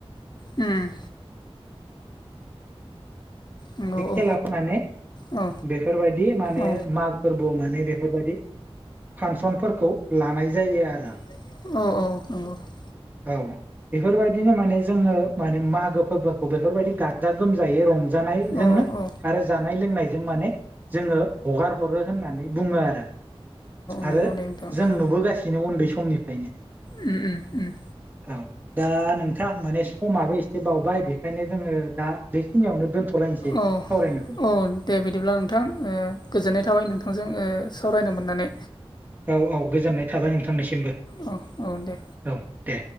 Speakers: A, on the left; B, on the right.
A: उम नंगौ
B: खेलाखौ
A: औ
B: माने
A: औ
B: बेफोरबायदि माने
A: औ
B: माग फोरबो माने बेफोरबायदि फांसनफोरखौ लानाय जायो आरो
A: औ औ औ
B: औ बेफोरबायदिनो माने जोङो माने मागो फोरबोखौ बेफोरबायदि गा गाजा गोमजायै रंजानायजोंनो
A: औ औ
B: आरो जानाय लोंनायजों माने जोङो हगार हर होननानै बुङो आरो
A: नंगौ
B: आरो
A: दे नोंथां
B: जों
A: औ
B: नुबोगासिनो उन्दै समनिफ्रायनो
A: उम उम उम
B: औ दा नोंथां माने समाबो एसे बावबाय बेखायनो जोङो दा बेखिनियावनो दोनथ'लायनोसै सावरायनायखौ
A: औ औ दे बिदिब्ला नोंथां गोजोननाय थाबाय नोंथांजों सावरायनो मोननानै
B: औ औ गोजोननाय थाबाय नोंथांनिसिमबो
A: अ औ दे
B: औ दे